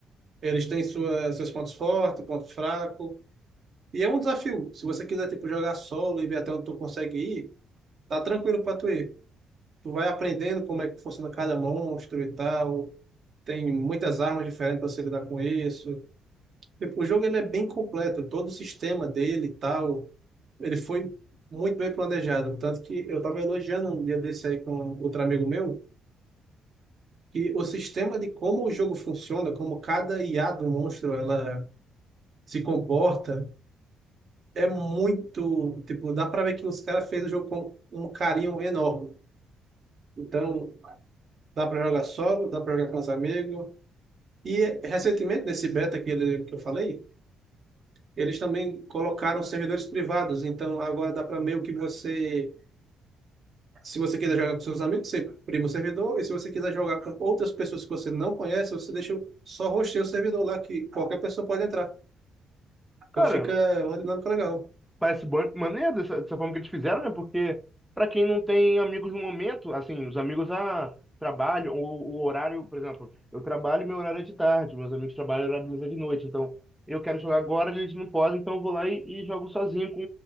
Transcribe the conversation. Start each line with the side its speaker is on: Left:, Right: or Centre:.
Right: Eles têm sua, seus pontos fortes, ponto fraco. E é um desafio. Se você quiser, tipo, jogar solo e ver até onde tu consegue ir, tá tranquilo pra tu ir. Tu vai aprendendo como é que funciona cada monstro e tal. Tem muitas armas diferentes pra você lidar com isso. Tipo, o jogo ele é bem completo. Todo o sistema dele e tal, ele foi muito bem planejado. Tanto que eu tava elogiando um dia desse aí com outro amigo meu, que o sistema de como o jogo funciona, como cada IA do monstro, ela se comporta é muito, tipo, dá pra ver que os caras fez o jogo com um carinho enorme. Então, dá pra jogar solo, dá pra jogar com os amigos. E recentemente nesse beta que ele que eu falei, eles também colocaram servidores privados, então agora dá pra meio que você Se você quiser jogar com seus amigos, você prima o servidor. E se você quiser jogar com outras pessoas que você não conhece, você deixa só rostear o servidor lá, que qualquer pessoa pode entrar.
Centre: Cara,
Right: Então fica uma dinâmica legal.
Centre: Parece ban- maneiro dessa, dessa forma que eles fizeram, né? Porque pra quem não tem amigos no momento, assim, os amigos a trabalho, ou o horário, por exemplo, eu trabalho, meu horário é de tarde, meus amigos trabalham, o horário deles é de noite, então eu quero jogar agora, eles não podem, então eu vou lá e, e jogo sozinho com,